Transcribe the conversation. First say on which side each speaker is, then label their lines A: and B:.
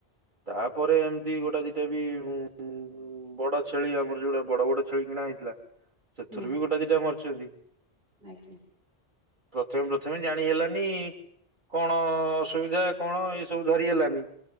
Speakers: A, on the right (about 50°); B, on the right (about 70°).
A: ତାପରେ ଏମିତି ଗୋଟା ଦିଟା ବି ଉଁ ବଡ ଛେଳି ଆମର ଯୋଉଟା ବଡ ବଡ ଛେଳି କିଣା ହେଇଥିଲା। ସେଥିରୁ
B: ହୁଁ ହୁଁ
A: ବି ଗୋଟା ଦିଇଟା ମରୁଚନ୍ତି।
B: ଆଜ୍ଞା।
A: ପ୍ରଥମେ ପ୍ରଥ ମେ ଜାଣି ହେଲାନି କଣ ଅସୁବିଧା କଣ ଏ ସବୁ ଧରି ହେଲାନି।